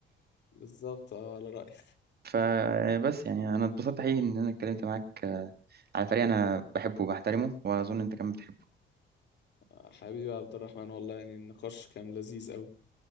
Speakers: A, on the left; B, on the right.
A: بالظبط اه على رأيك
B: ف بس يعني انا اتبسطت حقيقي ان انا اتكلمت معاك على فريق انا بحبه وبحترمه واظن انت كمان بتحبه
A: آه، حبيبي يا عبد الرحمن والله يعني النقاش كان لذيذ أوي